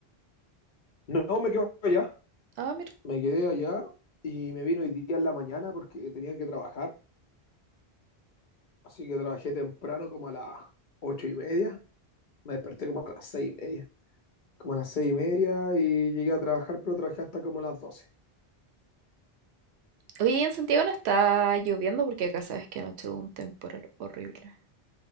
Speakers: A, on the left (about 55°); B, on the right (about 85°).
A: No, no, me quedé allá,
B: Ah, mira.
A: me quedé allá y me vino hoy día en la mañana porque tenía que trabajar. Así que trabajé temprano como a las ocho y media. Me desperté como a las seis y media. Como a las seis y media y llegué a trabajar, pero trabajé hasta como a las 12.
B: Oye, en Santiago no está lloviendo porque acá sabes que anoche hubo un temporal horrible.